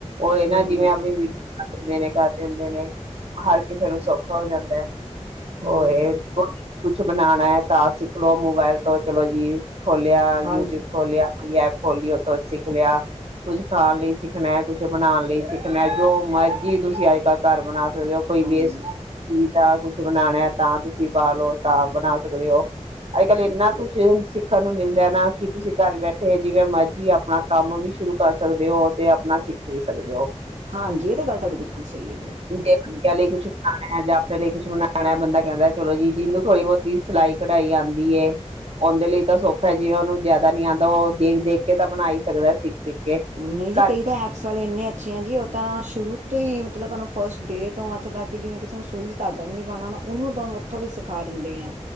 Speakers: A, on the right (about 55°); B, on the right (about 80°).
A: ਓ ਏ
B: ਹਮ
A: ਨਾ ਜਿਵੇਂ ਆਪਣੀ ਵੀਡੀਓ ਬਨਾ ਦੇ ਨੇ ਕਰ ਦੇਂਦੇ ਨੇ ਹਰ ਕੇਸੇ ਨੂੰ ਸੌਖਾ ਹੋ ਜਾਂਦਾ ਐ।
B: ਹਮ
A: ਓਏ ਕੁਛ ਬਣਾਣਾ ਐ ਤਾਂ ਸੇਖਲੋ ਮੁਬੈਲ ਤੋਂ ਚਲੋ ਜੀ ਖੋਲੇਆ
B: ਹਾਂਜੀ
A: ਯੂਟੀਊਬ ਖੋਲੇਆ ਅਪਣੀ ਐਪ ਖੋਲਲੀ ਓਥੋਂ ਸਿੱਖ ਲੇਆ ਕੁਛ ਖਾਣ ਲਈ ਸੀਖਣੈ ਕੁੱਛ ਬਣਾਣ ਲਈ ਸਿੱਖਣੈ ਜੋ ਮਰਜੀ ਤੁਸੀਂ ਅੱਜ-ਕੱਲ ਘਰ ਬਣਾ ਦੇਓ ਕੋਈ
B: ਹਾਂਜੀ
A: ਵੇਸਟ ਚੀਜ਼ ਦਾ ਕੁਛ ਬਣਾਣਾ ਤਾਂ ਤੁਸੀਂ ਪਾਲੋ ਤਾਂ ਬਣਾ ਸਕਦੇ ਓ ਆ ਕੱਲ ਏਨਾ ਕੁੱਛ ਸੀਖਣ ਨੂੰ ਮਿਲਦੈ ਨਾ ਕੀ ਤੁਸੀਂ ਘਰ ਬੈਠੇ ਜੀਵੇਂ ਮਰਜੀ ਅਪਣਾ ਕੰਮ ਵੀ ਸ਼ੁਰੂ ਕਰ ਸਕਦੇ ਓ ਤੇ ਅਪਣਾ ਸਿੱਖ ਵੀ ਸਕਦੇ ਓ।
B: ਹਾਂਜੀ ਏ ਤਾਂ ਗੱਲ ਤੁਆਡੀ ਬੇਲਕੁਲ ਸਈ ਐ ਜੀ
A: ਜੇ ਬੱਚਿਆਂ
B: ਬੇਲਕੁਲ
A: ਲਈ ਕੁਛ ਜਾਂ ਆਪਣੇ ਲਈ ਕੁਛ ਬਨਾਣਾ ਬੰਦਾ ਕੈਂਦਾ ਚਲੋ ਜੀ ਜੀਨੂੰ ਥੋੜੀ-ਬਹੁਤੀ ਸਲਾਈ ਕਢਾਈ ਆਦੀ ਏ ਓਦੇ ਲਈ ਤਾਂ ਸੋਖਾ ਏ ਜੀਵੇ ਓਨੂੰ ਜਾਦਾ ਨੀ ਆਦਾ ਓ ਦੇਖ- ਦੇਖ ਕੇ ਤਾਂ ਬਣਾ ਈ ਸਕਦਾ ਸਿੱਖ-ਸਿੱਖ ਕੇ।
B: ਨਈ ਜੀ
A: ਘਰ
B: ਕਈ ਤਾਂ ਐਪਸ ਵਾਲੇ ਐਨੇ ਅੱਛੇ ਆ ਜੀ ਓ ਤਾਂ ਸ਼ੁਰੂ ਤੋਂ ਹੀ ਮਤਲਵ ਤੁਆਨੂੰ ਫਸਟ ਡੇ ਤੋਂ ਅੱਥ ਤੱਕ ਕੇ ਜੀਵੇਂ ਕਿਸੇ ਨੂੰ ਸੂਈ ਧਾਗਾ ਵੀ ਨੀ ਪਾਣਾ ਆਦਾ ਓਨੂੰਂ ਓਥੋਂ ਵੀ ਸਿਖਾ ਦਿੰਦੇ ਆ